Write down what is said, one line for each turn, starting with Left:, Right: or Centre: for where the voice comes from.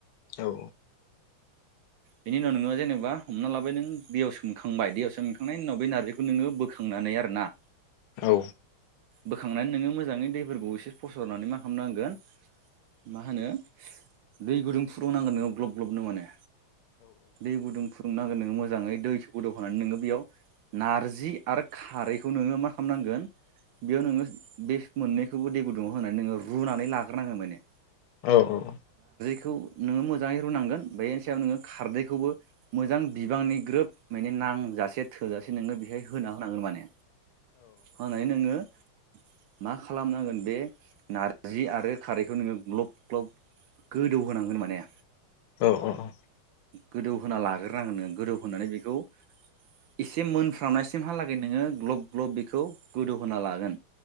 Left: औ।
Right: बेनि उनाव नोंङो जेनेबा हमना लाबाय नों दैयाव सोमखांबाय दैयाव सोमखांनायनि उनाव बे नारजिखौ नोंङो बोखांनानै। बोखांनानै आरोना।
Left: औ।
Right: बोखांनानै नोंङो मोजांङै दैफोरखौ एसे फसरनानै मा खालामनांगोन। मा होनो दै गुदुं फुदुंनांगोन नोंङो ग्लब ग्लबनो माने। दै गुदुं फुदुं। सुंनांगोन नोंङो मोजांङै दै गोदौहोनानै नोंङो बेयाव नारजि आरो खारैखौ नोंङो मा खालामनांगोन। बेयाव नोंङो बे मोननैखौबो दैे गुदुङाव होननानै नोंङो रुनानै लाग्रोनांगोन माने
Left: औ औ
Right: मोजांङै रुनांगोन बेनि सायावनो खारदैखौ मोजां बिबांनि ग्रोब नांजासे थोजासे नोंङो बेहाय होना होनांगोन माने होननानै नोंङो मा खालामनांगोन बे नारजि आरो खारैखौ नोंङो ग्लब ग्लब गोदौ होनोनांगोन माने
Left: औ औ औ
Right: गोदौ होना लाग्रोनांगोन नोंङो गोदौ होनानै बेखौ एसे मोनफ्रामनायसिमहालागै नोंङो ग्लब ग्लब बेखौ गोदौहोना लागोन।